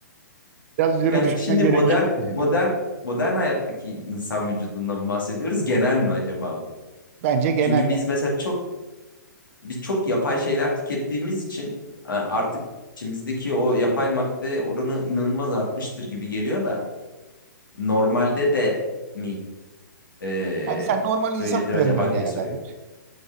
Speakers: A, on the right; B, on the left.
A: Biraz üzerine
B: Yani
A: düşünmen
B: Şimdi
A: gerekebilir
B: modern
A: yani.
B: modern modern hayattaki insan vücudundan bahsediyoruz. Genel mi acaba bu?
A: Bence genel
B: Çünkü biz
A: yani.
B: mesela çok biz çok yapay şeyler tükettiğimiz için e, artık içimizdeki o yapay madde oranı inanılmaz artmıştır gibi geliyor da normalde de mi e,
A: Yani sen normal insan
B: böyledir acaba
A: üzerinden
B: diye
A: değerlendir.
B: soruyor.